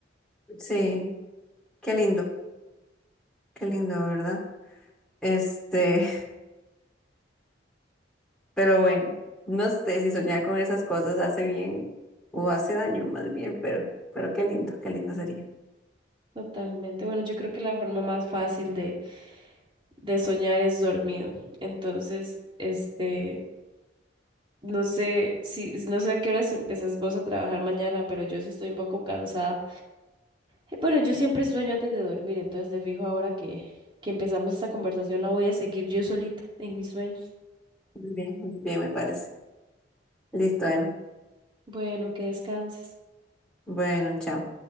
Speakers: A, in the centre; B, on the right (about 30°).
A: sí,
B: Sí,
A: qué lindo,
B: qué lindo.
A: qué lindo, ¿verdad? Este, Pero bueno, no sé si soñar con esas cosas hace bien o hace daño, más bien, pero, pero qué lindo, qué lindo sería.
B: Totalmente. Bueno, yo creo que la forma más fácil de, de soñar es dormido. Entonces, este, no sé si, si- no sé a qué horas empezás vos a trabajar mañana, pero yo sí estoy un poco cansada. Eh, Bueno, yo siempre sueño antes de dormir, entonces de fijo ahora que, que empezamos esta conversación la voy a seguir yo solita en mis sueños.
A: Muy bien, muy bien, me parece. Listo, Em.
B: Bueno, que descanses.
A: Bueno, chao.